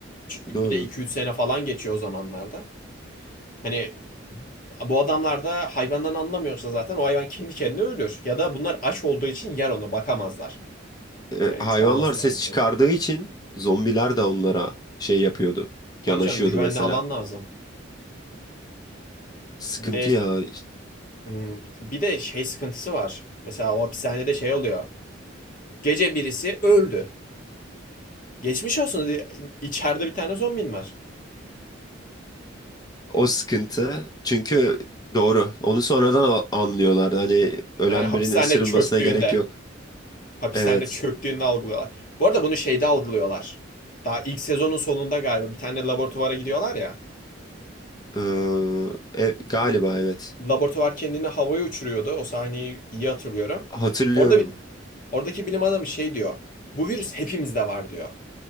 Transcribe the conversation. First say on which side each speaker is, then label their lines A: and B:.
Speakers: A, on the left (about 45°); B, on the left (about 20°).
A: Bir
B: Doğru.
A: de iki üç sene falan geçiyor o zamanlarda. Hani bu adamlar da hayvandan anlamıyorsa zaten o hayvan kendi kendine ölür. Ya da bunlar aç olduğu için yer onu bakamazlar.
B: E,
A: Yani
B: hayvanlar
A: çoğalması
B: ses
A: lazım sonuçta.
B: çıkardığı için zombiler de onlara şey yapıyordu.
A: Tabii
B: Yanaşıyordu
A: canım güvenli
B: mesela.
A: alan lazım.
B: Sıkıntı
A: Bir de
B: ya.
A: hmm, bir de şey sıkıntısı var. Mesela o hapishanede şey oluyor. Gece birisi öldü. Geçmiş olsun. içeride bir tane zombin var.
B: O sıkıntı. Çünkü doğru. Onu sonradan a- anlıyorlardı. Hani ölen
A: Yani hapishane
B: birinin ısırılmasına
A: çöktüğünde.
B: gerek yok.
A: hapishanede
B: Evet.
A: çöktüğünde algılıyorlar. Bu arada bunu şeyde algılıyorlar. Daha ilk sezonun sonunda galiba bir tane laboratuvara gidiyorlar ya.
B: Ee, e, galiba
A: Bu
B: evet.
A: Laboratuvar kendini havaya uçuruyordu. O sahneyi iyi hatırlıyorum.
B: Hatırlıyorum.
A: Orada bir oradaki bilim adamı şey diyor. Bu virüs hepimizde var diyor.